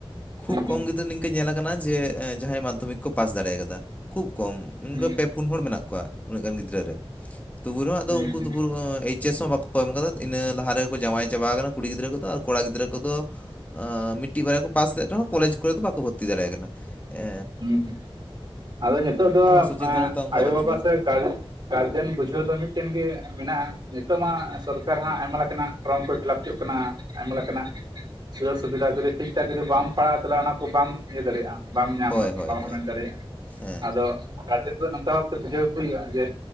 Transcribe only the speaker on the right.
ᱦᱩᱸ
ᱦᱩᱸ
ᱦᱩᱸ
ᱦᱩᱸ
ᱦᱩᱸ ᱦᱩᱸ ᱟᱫᱚ ᱧᱤᱛᱚᱜ ᱫᱚ ᱮᱻ ᱟᱸᱜ
ᱟᱭᱳ
ᱵᱟᱵᱟ ᱥᱮ ᱜᱟᱸᱨᱼᱼ ᱜᱟᱨᱡᱮᱱ ᱵᱩᱡᱷᱟᱹᱣ ᱫᱚ ᱢᱤᱫᱴᱮᱱ ᱜᱮ ᱢᱮᱱᱟᱜ-ᱟ ᱱᱤᱛᱚᱜ ᱢᱟ ᱥᱚᱨᱠᱟᱨ ᱦᱟᱸᱜ ᱟᱭᱢᱟ ᱞᱮᱠᱟ ᱱᱟᱜ ᱯᱷᱚᱨᱚᱢ ᱠᱚᱭ ᱯᱷᱤᱞᱟᱯ ᱪᱩᱜ ᱠᱟᱱᱟ᱾ ᱟᱭᱢᱟ ᱞᱮᱠᱟᱱᱟᱜ ᱥᱩᱡᱳᱜᱽ ᱥᱩᱵᱤᱫᱷᱟ ᱡᱩᱫᱤ ᱴᱷᱤᱠ ᱴᱷᱟᱠ ᱡᱩᱫᱤ ᱵᱟᱢ ᱯᱟᱲᱟᱜᱼᱟ ᱛᱟᱦᱚᱞᱮ ᱚᱱᱟ ᱠᱚ ᱵᱟᱢ ᱤᱭᱟᱹ ᱫᱟᱲᱮᱭᱟᱜᱼᱟ᱾ ᱵᱟᱢ ᱧᱟᱢᱟ
ᱵᱟᱢ
ᱦᱟᱢᱮᱴ ᱫᱟᱲᱮᱭᱟᱜ-ᱟ
ᱟᱫᱚ ᱜᱟᱨᱡᱮᱫ ᱫᱚ ᱱᱚᱝᱠᱟ ᱵᱷᱟᱵᱽ ᱛᱮ ᱵᱩᱡᱷᱟᱹᱣ ᱠᱚ ᱦᱩᱭᱩᱜ-ᱟ ᱡᱮᱼᱼ